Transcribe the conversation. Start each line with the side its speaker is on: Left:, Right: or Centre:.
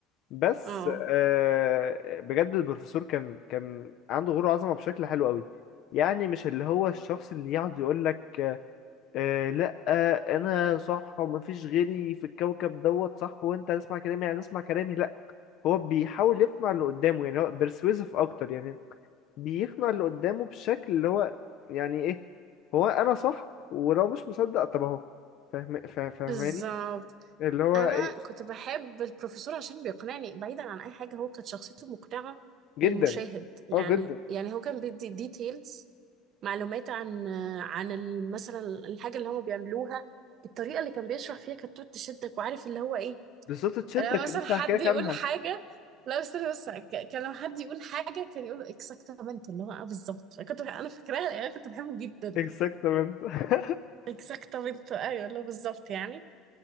Left: بس
Right: اه
Left: آه، بجد البروفيسور كان كان عنده غرور وعظمة بشكل حلو قوي يعني مش اللي هو الشخص اللي يقعد يقولك آه، لا آه انا صح ومفيش غيري في الكوكب دوت صح وانت هتسمع كلامي يعني هتسمع كلامي لا هو بيحاول يقنع اللي قدامه يعني هو persuasive اكتر يعني بيقنع اللي قدامه بشكل اللي هو يعني ايه هو انا صح ولو مش مصدق طب اهو فاهم فا- فاهماني
Right: بالظبط
Left: اللي هو
Right: انا
Left: ايه
Right: كنت بحب البروفيسور عشان بيقنعني بعيدا عن اي حاجه هو كانت شخصيته مقنعه
Left: جدا
Right: للمشاهد يعني
Left: اه جدا
Right: يعني هو كان بيدي ديتيلز معلومات عن عن ال- مثلا الحاجه اللي هم بيعملوها الطريقه اللي كان بيشرح فيها كانت تقعد تشدك وعارف اللي هو ايه
Left: بالظبط تشدك
Right: لما مثلا
Left: لسه
Right: حد
Left: هحكي لك
Right: يقول
Left: عنها
Right: حاجه لا استنى بس ك- كان لما حد يقول حاجه كان يقول اكزاكتامنتو اللي هو اه بالظبط فكنت بح- انا فاكراها يعني كنت بحبه جدا
Left: اكزاكتamente <laughs>
Right: اكزاكتامنتو ايوه اللي هو بالظبط يعني